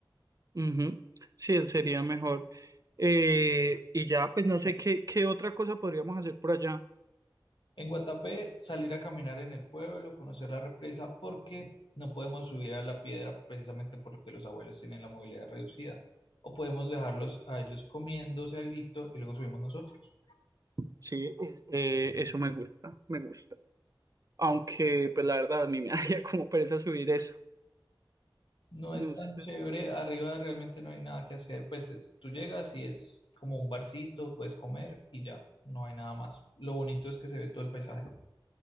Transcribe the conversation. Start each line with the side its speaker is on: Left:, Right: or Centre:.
Right: ujú, Sí, sería mejor. Eh, y ya, pues no sé qué, qué otra cosa podríamos hacer por allá.
Left: En Guatapé, salir a caminar en el pueblo, conocer la represa, porque no podemos subir a la piedra precisamente porque los abuelos tienen la movilidad reducida. O podemos dejarlos a ellos comiéndose alguito y luego subimos nosotros.
Right: Sí, es- eh, eso me gusta, me gusta. Aunque, pues la verdad, a mí me <laughs> haría como pereza subir eso.
Left: No
Right: No
Left: es tan
Right: sé.
Left: chévere, arriba realmente no hay nada que hacer, pues es, tú llegas y es como un barcito, puedes comer y ya, no hay nada más. Lo bonito es que se ve todo el paisaje.